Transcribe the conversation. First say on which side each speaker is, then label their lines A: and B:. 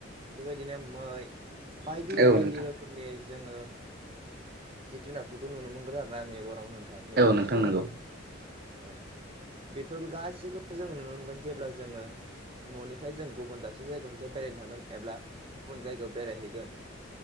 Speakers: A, on the right; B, on the right.
A: बेबायदिनो मै बायदि
B: नोंथां
A: बायदि रोखोमनि जोंङो जिब जुनारफोरखौ नुनो मोनगोन आरो ना मेगनाव नोंथां मेगननि
B: औ नोंथां
A: सिगांङाव
B: नंगौ
A: औ बेफोरखौ गासैखौबो जोंङो नुनो मोनगोन जेब्ला जोंङो ननिफ्राय जों गुबुन दाबसे जायगाहावजा बेरायनो थांगोन एब्ला गुबुन जायगायाव बेरायहैगोन